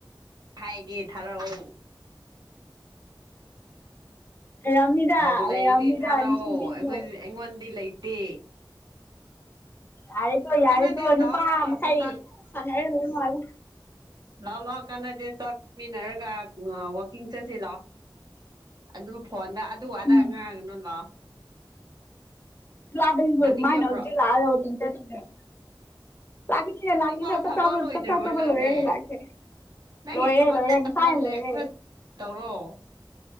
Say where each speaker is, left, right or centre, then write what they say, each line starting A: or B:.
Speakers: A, on the right; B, on the left.
A: ꯍꯥꯏꯒꯦ ꯊꯥꯔꯛꯑꯣ
B: ꯂꯩꯔꯝꯅꯤꯗ
A: ꯂꯩꯕꯨ ꯂꯩꯔꯗꯤ
B: ꯂꯩꯔꯝꯅꯤꯗ
A: ꯊꯔꯛꯑꯣ
B: ꯅꯆꯤꯟ ꯊꯤꯒꯅꯨ
A: ꯑꯩꯈꯣꯏꯗꯤ ꯑꯩꯉꯣꯟꯗꯤ ꯂꯩꯇꯦ
B: ꯌꯥꯔꯦꯀꯣ ꯌꯥꯔꯦꯀꯣ
A: ꯀꯥꯟꯅꯗꯦ ꯂꯥꯛꯑꯣ
B: ꯅꯨꯄꯥ
A: ꯂꯥꯛꯑꯣ
B: ꯃꯈꯩ
A: ꯆꯥꯛ
B: ꯁꯥꯟꯅꯔꯅꯨ ꯉꯥꯏꯌꯨ
A: ꯂꯥꯎ ꯂꯥꯎ ꯀꯥꯟꯅꯗꯦ ꯆꯥꯛꯃꯤꯟꯅꯔꯒ ꯋꯥꯛꯀꯤꯡ ꯆꯠꯁꯤ ꯂꯥꯛꯑꯣ ꯑꯗꯨꯕꯨ ꯐꯣꯟꯗ ꯑꯗꯨ ꯑꯗꯥ
B: ꯎꯝ
A: ꯉꯥꯡꯉꯅꯨ ꯂꯥꯛꯑꯣ
B: ꯂꯥꯞꯄꯁꯤꯕꯨ
A: ꯂꯥꯛꯅꯤꯡꯗꯕ꯭ꯔꯣ
B: ꯀꯃꯥꯥꯏꯅ ꯍꯧꯖꯤꯛ ꯂꯥꯛꯑꯒ ꯋꯥꯀꯤꯡ ꯆꯠꯇꯣꯏ ꯂꯥꯛꯅꯤꯡꯉꯤꯌꯦ
A: ꯍꯧꯖꯤꯛꯐꯥꯎ
B: ꯂꯥꯛꯅꯤꯡꯗ꯭ꯔꯦ
A: ꯊꯕꯛ
B: ꯆꯥꯛꯆꯥꯕ
A: ꯂꯣꯏꯗ꯭ꯔꯤꯕꯣ
B: ꯆꯥꯛꯆꯥ ꯇꯣꯛꯑꯒ
A: ꯅꯪꯁꯦ
B: ꯂꯣꯏꯔꯦ ꯂꯥꯛꯀꯦ
A: ꯅꯪꯒꯤ
B: ꯂꯣꯏꯔꯦ
A: ꯊꯕꯛ
B: ꯂꯣꯏꯔꯦ ꯉꯁꯥꯏꯟ
A: ꯇꯥꯃꯜꯂꯦ
B: ꯂꯣꯏꯔꯦ
A: ꯈꯔ ꯇꯧꯔꯣ